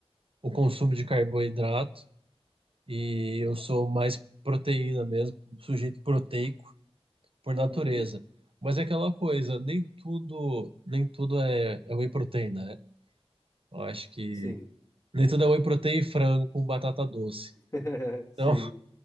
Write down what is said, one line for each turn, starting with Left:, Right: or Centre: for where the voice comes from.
Right: o consumo de carboidrato. E eu sou mais proteína mesmo, um sujeito proteico por natureza.
Left: uhum.
Right: Mas é aquela coisa, nem tudo, nem tudo é, é whey protein, né? Eu acho que
Left: Sim.
Right: nem tudo é whey protein e frango com batata doce.
Left: <laughs> Sim.
Right: Então,